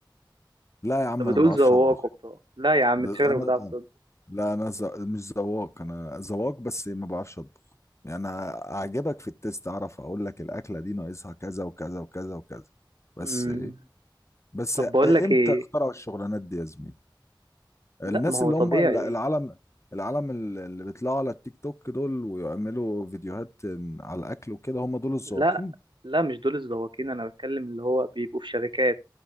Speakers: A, on the left; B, on the right.
A: لا يا عم
B: طب
A: انا
B: بتقول
A: ما بعرفش
B: ذواق
A: اطبخ
B: وبتاع لا يا عم
A: انا
B: انت شكلك بتعرف تطبخ
A: لا انا ز... مش ذواق انا ذواق بس ما بعرفش اطبخ يعني أنا اعجبك في التيست اعرف اقول لك الاكله دي ناقصها كذا وكذا وكذا وكذا بس
B: أمم.
A: ايه بس
B: طب بقول
A: امتى
B: لك ايه
A: اخترعوا الشغلانات دي يا زميلي الناس
B: لا ما هو
A: اللي
B: طبيعي
A: هم ال- العالم العالم ال- اللي بيطلعوا على التيك توك دول ويعملوا فيديوهات على الاكل وكده هم دول الذواقين
B: لا لا مش دول الزواقين انا بتكلم اللي هو بيبقوا في شركات